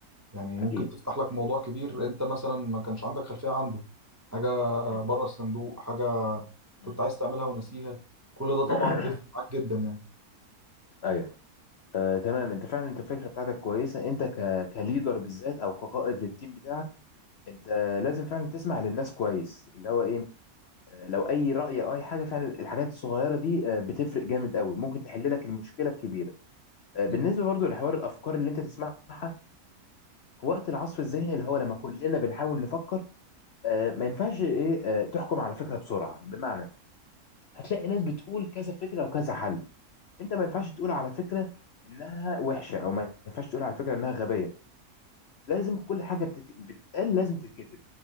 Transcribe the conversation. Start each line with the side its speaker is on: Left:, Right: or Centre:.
Right: يعني
Left: أكيد
Right: ممكن تفتح لك موضوع كبير أنت مثلا ما كانش عندك خلفية عنده حاجة
Left: مم.
Right: بره الصندوق حاجة
Left: مم.
Right: كنت عايز تعملها ونسيها كل ده طبعا
Left: <coughs>
Right: بيفرق معاك جدا يعني
Left: أيوه آه، تمام أنت فعلا أنت الفكرة بتاعتك كويسة أنت ك... كليدر بالذات أو كقائد للتيم بتاعك أنت لازم فعلا تسمع للناس كويس اللي هو إيه آه، لو أي رأي أو أي حاجة فعلا الحاجات الصغيرة دي آه، بتفرق جامد قوي ممكن تحل لك المشكلة الكبيرة آه، بالنسبة
Right: م.
Left: برضو لحوار الأفكار اللي أنت تسمعها وقت العصف الذهني اللي هو لما كلنا بنحاول نفكر آه، ما ينفعش ايه آه، تحكم على فكره بسرعه بمعنى هتلاقي ناس بتقول كذا فكره وكذا حل انت ما ينفعش تقول على فكره انها وحشه او ما ينفعش تقول على فكره انها غبيه لازم كل حاجه بتك... بتتقال لازم تتكتب